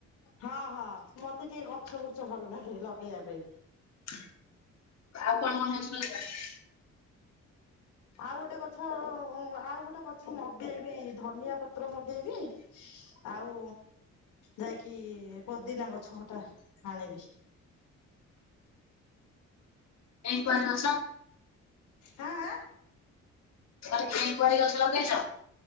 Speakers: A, on the left; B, on the left.
A: ହଁ ହଁ ମତେ ଟିକେ ଗଛ ବୁର୍ଛ ଭଲ ଲାଗେ ଲଗେଇବା ପାଇଁ
B: ଆଉ କଣ କଣ କଉଛି କହ
A: ଆଉ ଗୋଟେ ଗଛ ଉ ଆଉ ଗୋଟେ ଗଛ ମୁ ମଗେଇବି ଧନିଆ ପ ତ୍ର ମଗେଇବି ଆଉ ଯାଇକି ପୋଦିନା ଗଛ ଗଟା ଆଣିବି
B: ଏଇ କାର ଅଛ
A: ହଁ ହ
B: ତାହେଲେ ଘି କୁଆର ଗଛ ଲଗେଇଛ